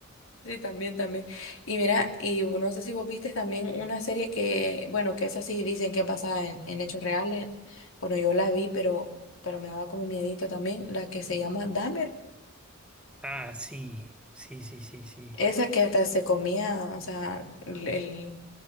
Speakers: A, on the left (about 70°); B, in the centre.
A: Sí, también, también. Y mira, y no sé si vos viste también una serie que, bueno, que esa sí dicen que pasa en, en hechos reales. Bueno, yo la vi, pero, pero me daba como miedito también, la que se llama Dahmer.
B: Ah, sí, sí, sí, sí, sí.
A: Esa que hasta se comía, o sea, el, el-